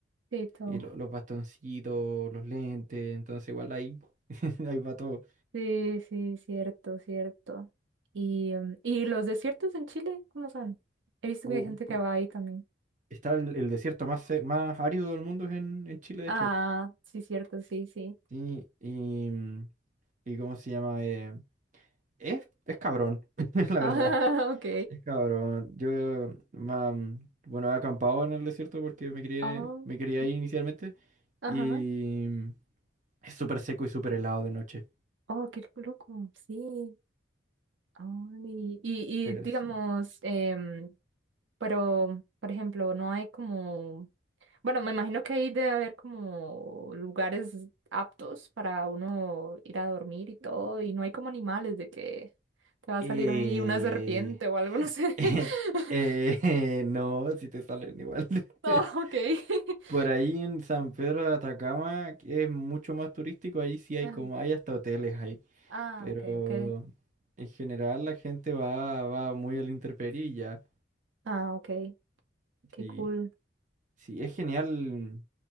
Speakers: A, on the right; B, on the right.
A: sí, todo.
B: y lo- los bastoncitos, los lentes, entonces igual ahí, <laughs> ahí va todo.
A: Sí, sí, cierto, cierto. Y, em, ¿y los desiertos en Chile? ¿Cómo son? He visto
B: U-
A: que hay gente que va ahí también.
B: está el, el desierto más, se- más árido del mundo es en, en Chile, de
A: Ah,
B: hecho.
A: sí, cierto, sí, sí.
B: Sí, y, mm, y ¿cómo se llama? Eh, es, es cabrón, <laughs> la
A: <laughs>
B: verdad.
A: Ah, ok.
B: Es cabrón. Yo, ma- bueno, he acampado en el desierto porque me quería,
A: Ah,
B: me quería
A: qué-
B: ahí inicialmente
A: ajá.
B: y mm, es súper seco y súper helado de noche,
A: Oh, qué loco. Sí. Ay, y,
B: pero
A: y digamos,
B: sí.
A: em, pero, por ejemplo, no hay como, bueno, me imagino que ahí debe haber como lugares aptos para uno ir a dormir y todo, y no hay como animales de que te va a
B: Eh,
A: salir ahí una serpiente o algo, no sé.
B: <laughs>
A: <laughs>
B: Eh, no, si te salen igual. <laughs>
A: Oh, ok. <laughs>
B: Por ahí en San Pedro de Atacama, que es mucho más turístico, ahí sí hay
A: Ah,
B: como, hay hasta hoteles ahí.
A: ah,
B: Pero
A: ok, ok.
B: en general la gente va, va muy al intemperie y ya.
A: Ah, ok. Qué
B: Sí,
A: cool.
B: sí, es genial